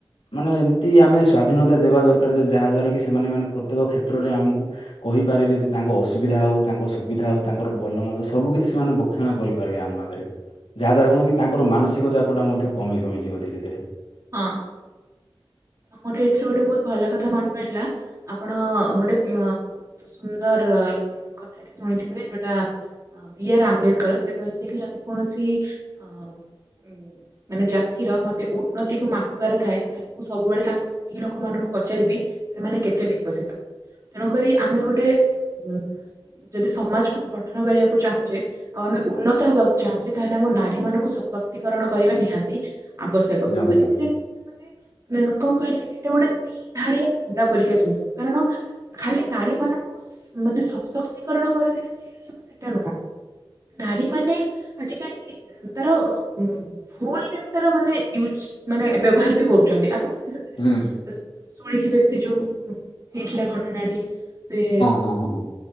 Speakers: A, on the left (about 80°); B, on the right (about 40°).
A: ମାନେ ଏମିତି ଆମେ ସ୍ଵାଧୀନତା ଦେବା ଦରକାର ଯାହା, ଦ୍ଵାରା କି ସେମାନେ ମାନେ ପ୍ରତ୍ୟେକ କ୍ଷେତ୍ରରେ ଆମକୁ କହିପାରିବେ ଯେ, ତାଙ୍କ ଅସୁବିଧା ହଉ, ତାଙ୍କ ସୁବିଧା ହଉ ତାଙ୍କର ଭଲ ମନ୍ଦ ସବୁ କିଛି ସେମାନେ ରକ୍ଷଣ କରିପାରିବେ ଆମ ଆଗରେ, ଯାହା ଦ୍ଵାରା କଣ କି ତାଙ୍କର ମାନସିକ ଚାପଟା ମଧ୍ୟ କମି କମିଯିବ ଧୀରେ ଧୀରେ।
B: ହଁ। ମୋର ଏଥିରୁ ଗୋଟେ ବହୁତ ଭଲ କଥା ମନେ ପଡିଲା। ଆ ଆପଣ ଗୋଟେ ବହୁତ ସୁନ୍ଦର କଥାଟିେ ଶୁଣିଥିବେ ଯୋଉଟା। ବି ଆର୍ ଆମ୍ବେଦକର ସେ କହିଥିଲେ କି ଯଦି କୌଣସି ଅ ଉଁ, ମାନେ ଜାତିର ମତେ ଉନ୍ନତିକୁୁ ମାପିବାର ଥାଏ ତା ମୁଁ ସବୁବେଳେ ତାଙ୍କର ସ୍ତ୍ରୀ ଲୋକମାନଙ୍କୁ ପଚାରିବି ସେମାନେ କେତେ ବିକଶିତ? ତେଣୁକରି ଆମେ ଗୋଟେ ଉଁ ଯଦି ସମାଜକୁ ଗଠନ କରିବାକୁ ଚାହୁଁଛେ ଆଉ ଆମେ ଉନ୍ନତ ହେବାକୁ ଚାହୁଁଛେ, ତାହେଲେ ଆମ ନାରୀ ମାନଙ୍କୁ ସଶକ୍ତିକରଣ କରିବା ନିହାତି ଆବଶ୍ୟକ
A: ଜଣକା
B: କିନ୍ତୁ ଏଥିରେ, <inaudible> ମାନେ କଣ କହିଲେ ଏଇଟା ଗୋଟେ ଦି ଧାରିଆ ଣ୍ଡା ପରିକା ଜିନିଷ କାରଣ ଖାଲି ନାରୀ ମାନଙ୍କୁ ମାନେ ସଶକ୍ତିକରଣ କରିଦେଲେ ଯେ ସେଟା ନୁହଁ ନାରୀ ମାନେ ଆଜିକାଲି ତାର ଭୁଲରେ ବି ତାର ମାନେ ୟୁଜ ମାନେ ବ୍ୟବହାର ବି କରୁଛନ୍ତି। <unintelligible>
A: ହଁ
B: ଶୁଣିଥିବେ ସେ ଯୋଉ ହେଇଥିଲା ଘଟଣାଟି। ସେ
A: ହଁ ହଁ ହଁ।